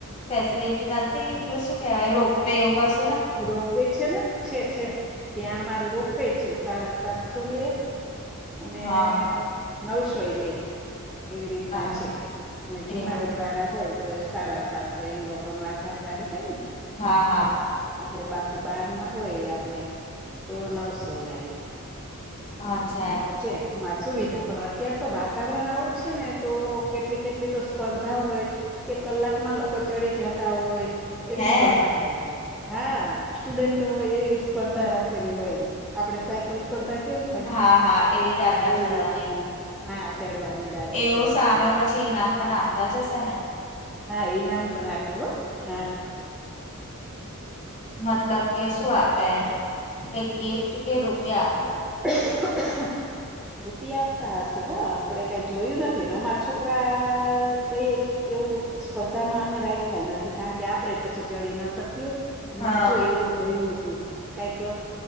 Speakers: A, on the left; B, in the centre.
A: ફેસિલિટી નથી પેલું શું કેહેવાય રોપવે એવું કસ
B: રોપવે છે ને, છે છે ત્યાં અમારે રો પવે છે સાડા સાતસો લે અને
A: હા
B: નવસો એ લે એવી રીતના
A: હા
B: છે અને જુનાગઢ
A: એવું
B: વાળા હોય તો સાડા સાતસો એમ લોકોનું આધાર કાર્ડ હોય ને
A: હા, હા.
B: આપડે બાકી બારના હોય આપડે તો નવસો લે
A: અચ્છા એમ
B: છે, અમાર સુવિધા પણ અત્યાર તો વાતાવરણ આવું છે ને તો કેટલી કેટલી તો સ્પર્ધા હોય કે કલાકમાં લોકો ચડી જાતા હોય એવી
A: હે
B: સ્પર્ધા હોય. હા, સ્ટુડન્ટો એવી સ્પર્ધા રાખેલી હોય આપડે સાયકલ સ્પર્ધા કેમ હોય એવી
A: હા હા દાદરા ચડવાની
B: રીતના, હા ચડવાની દાદર
A: એવું
B: ચડવાની
A: સામે પછી ઈનામ પણ આપતા જ હશે ને?
B: હા, ઈનામ પણ આપે હો હા
A: મતલબ કે શું આપે ક ગિફ્ટ કે રૂપિયા
B: <unintelligible> રૂપિયા આપતા હશે હો આપડે કઈ જોયું નથી ને અમારા છોકરા કઈ એવું સ્પર્ધામાં અમે રાખાય નથી કારણ કે આપડે પછી ચડી ના શકીએ હમણાં
A: હા
B: જો એવું બન્યું તું કંઈક